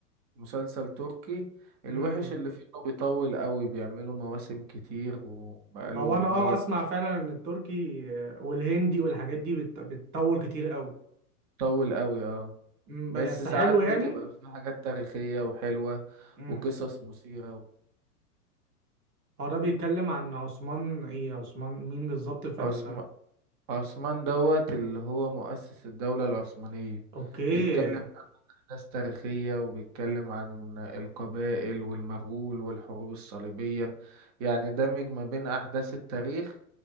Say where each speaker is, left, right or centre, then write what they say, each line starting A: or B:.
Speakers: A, on the right; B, on the right.
A: مسلسل تركي الوحش
B: امم
A: اللي فيه انه بيطول قوي بيعملوا مواسم كتير وبقاله
B: هو انا
A: مية
B: اه اسمع فعلا ان التركي آه، والهندي والحاجات دي بت- بتطول كتير قوي
A: بيطول قوي اه
B: أمم،
A: بس
B: بس
A: ساعات
B: حلو يعني
A: بتبقى في حاجات تاريخية وحلوة
B: امم
A: وقصص مثيرة
B: هو ده بيتكلم عن عثمان ايه عثمان مين بالظبط في
A: عثم-
B: ال
A: عثمان دوت اللي هو مؤسس الدولة العثمانية
B: اوكي
A: بيتكلم عن أحداث تاريخية وبيتكلم عن القبائل والمغول والحروب الصليبية يعني دمج ما بين أحداث التاريخ